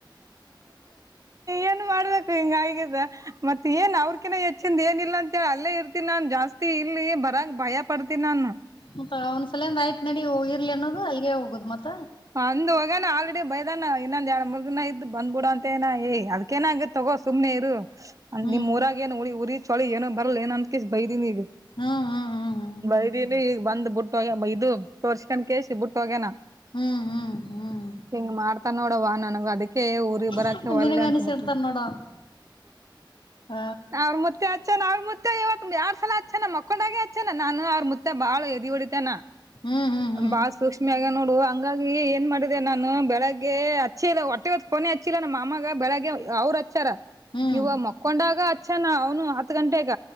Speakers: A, on the right (about 40°); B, on the left (about 80°).
A: ಏನ್ ಮಾಡ್ಬೇಕು ಹಿಂಗ್ ಆಗಿದ ಮತ್ತೆ ಏನ್ ಅವ್ರ್ಕಿನ ಹೆಚ್ಚ್ ಚಿಂದ್ ಏನಿಲ್ಲ ಅಂತೇಳಿ ಅಲ್ಲೇ ಇರ್ತಿನಿ ನಾನು ಜಾಸ್ತಿ ಇಲ್ಲಿ ಬರಂಗ್ ಭಯ ಪಡ್ತೀನಿ ನಾನು.
B: ಮತ್ತ ಅವ್ನ ಸಲಯಂದ ಆಯ್ತ್ ನಡಿ ಇರ್ಲಿ ಅನ್ನೋದು ಅಲ್ಲಿಗೆ ಹೋಗೋದು ಮತ.
A: ಅಂದ್ ಹೋಗನ ಆಲ್ರೆಡಿ ಬೈದಾನ ಇನ್ನೊಂದ ಎರಡ್ ಮೂರ್ ದಿನ ಇದ್ ಬಂದ್ಬ್ ಬಿಡು ಅಂತೆನ ಏ ಅದಕೇನ ಹಂಗ ತಗೋ. ಸುಮ್ನೆ ಇರು
B: ಹ್ಮ್
A: ನಿಮ್ ಊರಾಗ್ ಏನು ಉ ಉಊರಿ ಚಳಿ ಏನೋ ಬರಲ್ಲ ಏ ಅಂತಕ ಬೈದೀನಿ ಈಗ.
B: ಹ್ಮ್ ಹ್ಮ್ ಹ್ಮ್
A: ಬೈದಿನಿ ಈಗ್ ಬಂದ್ ಬುಟ್ಟ ಹೋಗ ಇದು ತೋರ್ಸ್ಕೊಂಡ ಕೇಳಸಿ ಬುಟ್ಟ ಹೋಗ್ಯನ.
B: ಹ್ಮ್ ಹ್ಮ್ ಹ್ಮ್ ಹ್ಮ್
A: ಹಿಂಗ್ ಮಾಡ್ತಾನೋಡವ ನನಾ ಗ್ ಅದಕ್ಕೆ ಊರಿಗ್ ಬರಕೆ
B: ಹ್ಮ್
A: ಒಲ್ಲೆ
B: ನಿನಗ
A: ಅಂತ
B: ಅನಿಸಿಡ್ತಾರ
A: ಬಿರ್ತಿನಿ.
B: ನೋಡ ಹ
A: ಅವ್ರ್ ಮತ್ತೆ ಆ ಅವ್ರ್ ಮುತ್ತೆ ಇವಾಗ ಯಾರ್ ಸಲ ಅಚ್ಚನ ಮಕ್ಕೊಂಡಾಗೆ ಹಚ್ಚನ ನಾನು ಅವ್ರ ಮುತ್ತೆ ಬಾಳ ಎದಿ ಹೊಡಿತನ.
B: ಹ್ಮ್ ಹ್ಮ್
A: ಬಾಳ್ ಸೂಕ್ಷ್ಮೆಆಗ್ಯಾನ್ ನೋಡು ಹಂಗಾಗಿ ಏನ್ ಮಾಡಿದೆ ನಾನು ಬೆಳಗ್ಗೆ ಅಚ್ಚಿದೆ ಹೊಟ್ಟೆ ಫೋನೆ ಹಚ್ಚಿಲ್ಲ ನಮ್ಮ ಮಾಮ್ಮಾಗ ಬೆಳಗ್ಗೆ ಅವ್ರೆ ಹಚ್ಚಾರ
B: ಹ್ಮ್
A: ನೀವ್ ಮಕ್ಕೊಂಡಾಗ. ಅಚ್ಚಾನ ಅವ್ನು ಹತ್ ಗಂಟೆಗ